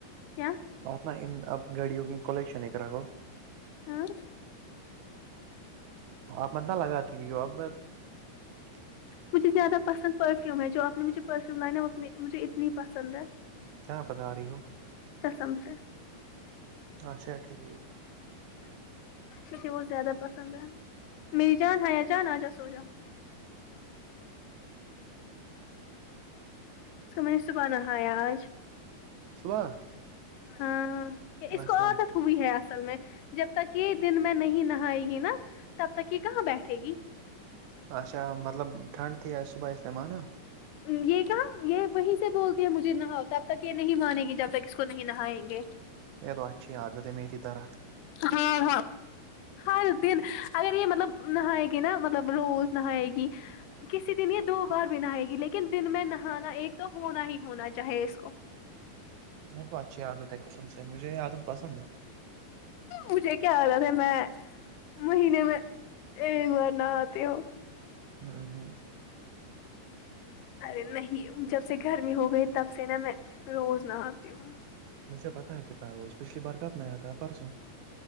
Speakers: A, on the left; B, on the right.
A: کیا
B: اپنا اب گاڑیوں کی کلیکشن ایک را گو
A: ہاں
B: آپ میںت نہ لگاتی بھی وہ ا <inaudible>
A: مجھے زیادہ پسند پرفیوم ہے جو آپ نے مجھے پرفیوم لا مجھے اتنی پسند ہے
B: کیا بتا رہی ہو
A: قسم سے
B: اچھا ٹھیک
A: مجھے بہت زیادہ پسند ہے <unintelligible> میری جان آ جان آ جا سو جاک اس کو میں نے صبحان آیا آج
B: صبح
A: ہاں اس
B: اچھا
A: کو اور ہوئی ہے اصل میں جب تک یہ دن میں نہیں نہائے گی نا تب تک یہ کہاں بیٹھے گی
B: اچا مطلب ٹھنڈ ت ہی آ صبح ا اس دم نا
A: یہ کہم یہ وہیں سے بولتی ہے مجھے نہا ہوتا اب تک یہ نہیں مانے گی جب تک اس کو نہیں نہائیں گے
B: یہ تو اچھی عادت ہے میری طرح
A: ہاں ہاں ہر دن اگر یہ مطلب نائے گی نا مطلب روز نائے گی کسی دن یہ دو بار بھی نہائے گی لیکن دن میں نہانا ایک تو ہونا ہی ہونا چاہے اس کو
B: یہ تو اچھی عادت ہے کسم سے مجھے یہ عادت پسند ہے
A: مجھے کیا آا تھا میں مہینے میں ایک بار نہ آتے ہو
B: ہاں ہاں
A: ارے نہیں جب سے گرمی ہو گئی تب سے نا میں روز نہ آتی ہوں
B: مجھے پتاہ ہے کتنا روز پچھلی بار کب نہیں آیا تھا پرسوں